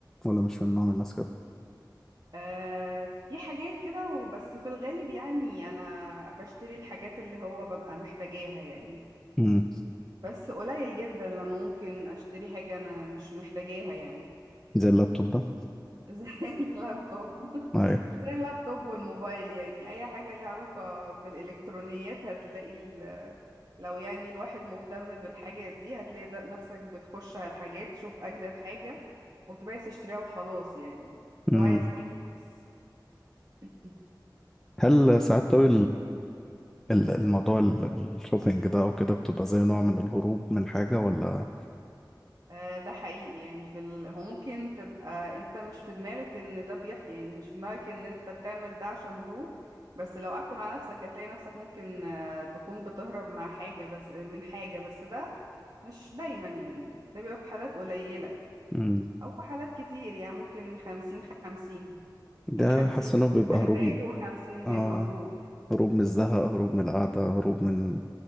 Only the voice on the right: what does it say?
آه في حاجات كده وبس في الغالب يعني انا بشتري الحاجات اللي هو ببقى محتاجاها يعني
بس قليل جدا لما ممكن اشتري حاجة انا مش محتاجاها يعني
<laughs> زي اللابتوب
<laughs> زي اللابتوب والموبايل يعني اي حاجة ليها علاقة بالالكترونيات هتلاقي ال- لو يعني الواحد مهتم بالحاجات دي هتلاقي ده نفسك بتخش على الحاجات تشوف اجدد حاجة وتبقى عايز تشتريها وخلاص يعني لو
عايز تحدث <laughs>
آه، ده حقيقي يعني في ال... هو ممكن تبقى انت مش في دماغك ان ده بيح... يعني مش في دماغك ان انت بتعمل ده عشان هروب بس لو قعدت مع نفسك هتلاقي نفسك ممكن آه، تكون بتهرب مع حاجة بس آه، من حاجة بس ده مش دايما يعني ده بيبقى في حالات قليلة يعني.
او في حالات كتير يعني ممكن خمسين خمسين
يعني خمسين
بت-
محتاج
وخمسين
بيبقى هروب